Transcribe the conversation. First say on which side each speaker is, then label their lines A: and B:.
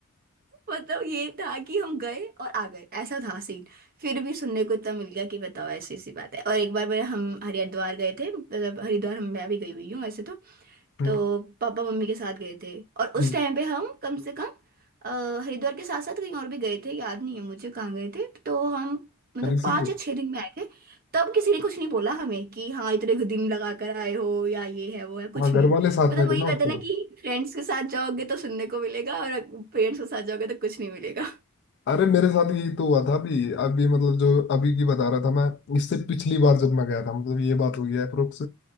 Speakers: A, on the right; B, on the left.
A: मतलब ये था कि हम गए और आ गए ऐसा था सीन फिर भी सुनने को इतना मिल गया कि बताओ ऐसी ऐसी बात है और एक बार मैं हम हरिद्वार गए थे मतलब हरिद्वार हम मैं भी गई हुई हूँ वैसे तो
B: हम्म,
A: तो पापा मम्मी के साथ गए थे और
B: हम्म।
A: उस टाइम पे हम कम से कम अ, हरिद्वार के साथ साथ कहीं और भी गए थे याद नहीं है मुझे कहाँ गए थे तो हम मतलब
B: अरे इसीलिए
A: पाँच या छः दिन में आए थे तब किसी ने कुछ नहीं बोला हमें कि हाँ इतने दिन लगा कर आए हो या ये है वो है कुछ
B: हाँ घर
A: नहीं
B: वाले साथ
A: मतलब
B: में
A: वही
B: थे ना उस
A: कहते हैं
B: टाइम
A: ना कि फ्रेंड्स के साथ जाओगे तो सुनने को मिलेगा और पेरेंट्स के साथ जाओगे तो कुछ नहीं मिलेगा
B: अरे मेरे साथ यही तो हुआ था अभी अभी मतलब जो अभी की बता रहा था मैं इससे पिछली बार जब मैं गया था मतलब ये बात हो गया है अप्रोक्स